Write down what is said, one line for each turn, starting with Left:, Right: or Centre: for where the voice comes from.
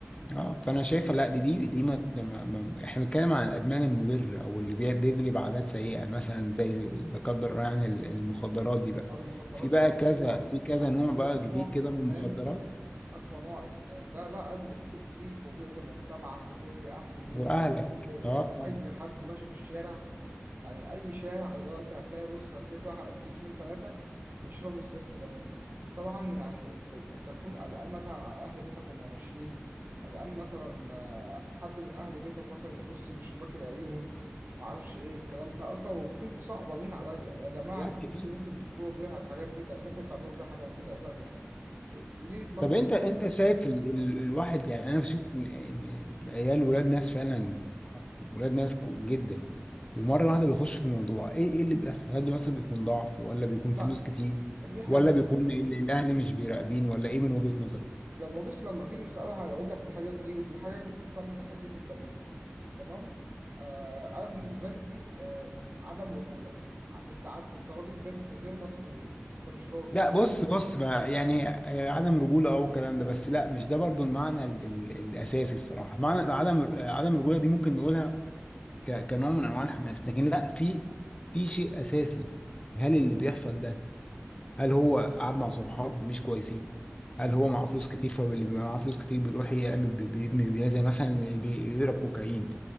Left: اه فانا شايفه لا دي دي دي ما, ما, ما احنا بنتكلم عن الادمان المضر او اللي بي- بيجلب عادات سيئه مثلا زي لا قدر الله يعني ال- المخدرات دي بقى
Right: المخدرات
Left: في بقى
Right: دي بقى
Left: كذا
Right: اقوى
Left: في كذا
Right: اقوى
Left: نوع بقى جديد
Right: نوع
Left: كده
Right: ادمان
Left: من المخدرات
Right: أقوى نوع إدمان ده بقى اللي بيأذيك وبيأذي مجتمعك وبيأذي أهل بيتك
Left: واهلك
Right: وبيأذي
Left: اه طبعا
Right: أي حد ماشي في الشارع يعني أي شارع دلوقتي هتلاقي بص هتلاقي في واحد في اتنين تلاتة بيشربوا الزفت ده طبعا يعني أنت أنت تكون قلقان مثلا على أهل بيتك وهم ماشيين قلقان مثلا آه، حد من أهل بيتك مثلا يبص من الشباك يلاقيهم معرفش إيه الكلام ده أصلا وبكون بصعبانين عليا يا جماعة
Left: حاجات
Right: الفلوس
Left: كتير
Right: اللي أنتوا بتجيبوها بيها الحاجات دي كان ممكن تعملوا بيها حاجة مفيدة تانية ليه دماغكم
Left: طب انت انت شايف ال... ال... الواحد يعني انا بشوف ان إن عيال ولاد ناس فعلا ولاد ناس كو- جدا ومره واحده بيخش في الموضوع ايه ايه اللي بيحصل؟ هل ده مثلا بيكون ضعف ولا بيكون فلوس
Right: لا
Left: كتير
Right: دي حاجة
Left: ولا بيكون ال... الاهل مش بيراقبين ولا ايه من وجهة نظرك؟
Right: لما بص لما تيجي تسأله هيقول لك الحاجة دي ودي الحاجة دي تتسمى دي حاجة البليد تمام آه أنا بالنسبة
Left: مم.
Right: لي دي آه عدم رجولة ع- أنت ع... أنت راجل غير غير مسؤول أنت مش راجل
Left: لا بص بص بقى يعني آه، عدم رجوله او الكلام ده بس لا مش ده برضو المعنى ال... ال... الاساسي الصراحه معنى عدم آه، عدم الرجوله دي ممكن نقولها ك- كنوع من انواع الحماس لكن لا في في شيء اساسي هل اللي بيحصل ده هل هو قعد مع صحاب مش كويسين هل هو معاه فلوس كتير فاللي بيبقى معاه فلوس كتير بيروح يعمل بي- بيبني بيها زي مثلا اللي بي- بيضرب كوكايين